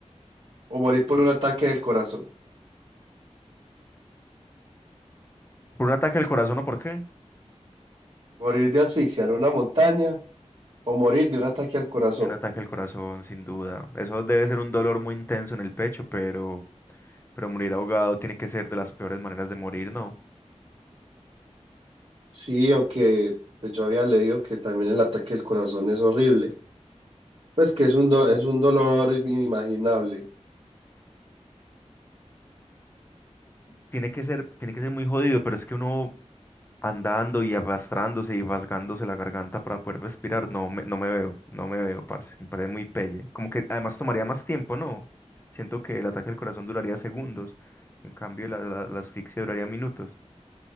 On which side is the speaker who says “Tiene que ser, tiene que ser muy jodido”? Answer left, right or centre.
Left